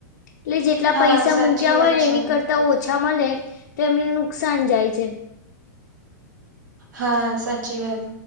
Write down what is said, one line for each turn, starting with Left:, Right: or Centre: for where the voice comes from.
Left: એટલે જેટલા
Right: હા
Left: પૈસા
Right: સાચી
Left: મૂક્યા
Right: વાત
Left: હોય ને
Right: છે
Left: એની કર તા ઓછા મલે તો એમને નુકસાન જાય છે.
Right: હા સાચી વાત.